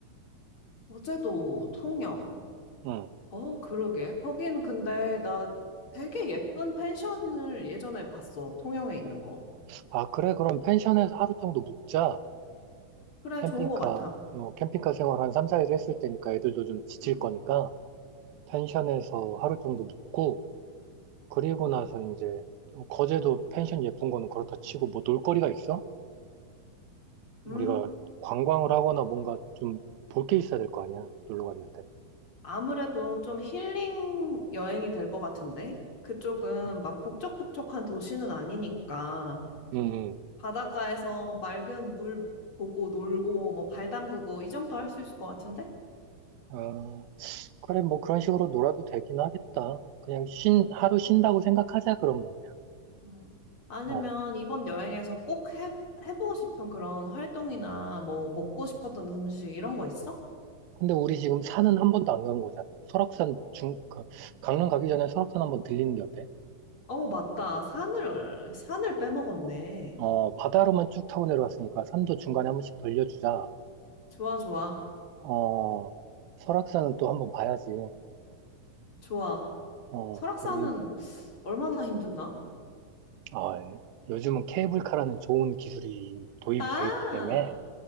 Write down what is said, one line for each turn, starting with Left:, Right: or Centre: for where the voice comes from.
Left: 어제도 통영.
Right: 응.
Left: 어, 그러게. 거긴 근데 나 되게 예쁜 펜션을 예전에 봤어. 통영에 있는 거.
Right: 아 그래 그럼 펜션에서 하루 정도 묵자.
Left: 그래,
Right: 캠핑카
Left: 좋은 거 같아.
Right: 어, 캠핑카 생활 한 3, 4일 했을 때니까 애들도 좀 지칠
Left: 음.
Right: 거니까 펜션에서 하루 정도 묵고 그리고 나서 이제 거제도 펜션 예쁜 거는 그렇다 치고 뭐 놀거리가 있어? 우리가
Left: 음.
Right: 관광을 하거나 뭔가 좀 볼 게 있어야 될 거 아니야 놀러 갔는데.
Left: 아무래도 좀 힐링 여행이 될 것 같은데? 그쪽은
Right: 응.
Left: 막 북적북적한 도시는 아니니까
Right: 응.
Left: 바닷가에서 맑은 물 보고 놀고 뭐 발 담그고 이 정도 할 수 있을 것 같은데?
Right: 응. 그래, 뭐 그런 식으로 놀아도 되긴 하겠다. 그냥 쉰, 하루 쉰다고
Left: 음.
Right: 생각하자, 그러면. 그냥.
Left: 음. 아니면
Right: 어.
Left: 이번 여행에서 꼭 해, 해보고 싶은 그런 활동이나 뭐 먹고 싶었던 음식 이런 거 있어?
Right: 근데 우리 지금 산은 한 번도 안 간 거잖아. 설악산 중, 그, 강릉 가기 전에 설악산 한번 들리는 게 어때?
Left: 어, 맞다. 산을, 산을 빼먹었네.
Right: 어, 바다로만 쭉 타고 내려왔으니까 산도 중간에 한 번씩 돌려주자
Left: 좋아, 좋아.
Right: 어, 설악산은 또 한번 봐야지.
Left: 좋아.
Right: 어,
Left: 설악산은
Right: 그리고,
Left: 얼마나 힘드나?
Right: 아, 요즘은 케이블카라는 좋은 기술이 도입이
Left: 아!
Right: 돼 있기 때문에,